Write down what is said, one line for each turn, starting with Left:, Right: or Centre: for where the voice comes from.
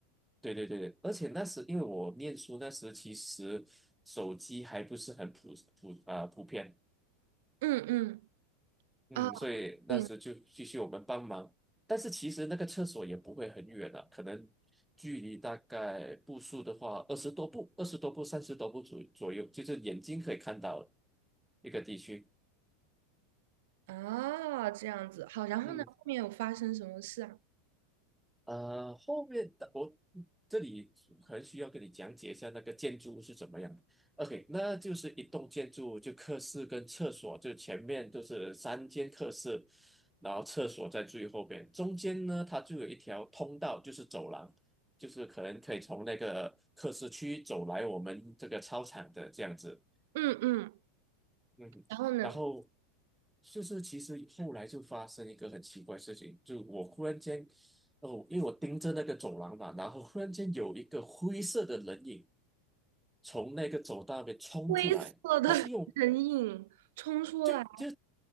Centre: 对对对对，而且那时因为我念书那时其实手机还不是很普普啊、普遍，
Right: 嗯嗯
Centre: 嗯，
Right: 啊，
Centre: 所以那时就继续我们帮忙，
Right: 对
Centre: 但是其实那个厕所也不会很远啊，可能距离大概步数的话二十多步、二十多步、三十多步左左右，就是眼睛可以看到的一个地区。
Right: 啊，这样子好。然后呢，
Centre: 嗯，
Right: 后面有发生什么事啊？
Centre: 呃，后面的我这里可能需要跟你讲解一下那个建筑物是怎么样的 OK，那就是一栋建筑物就客室跟厕所，就前面都是三间客室，然后厕所在最后边，中间呢它就有一条通道，就是走廊，就是可能可以从那个客室区走来我们这个操场的这样子。
Right: 嗯嗯，
Centre: 嗯，
Right: 然后呢，
Centre: 然后就是其实后来就发生一个很奇怪的事情，就我忽然间，哦，因为我盯着那个走廊嘛，然后忽然间有一个灰色的人影从那个走道那边冲出来，
Right: 灰色的
Centre: 他是用
Right: <laughs> 人影冲出来，
Centre: 就就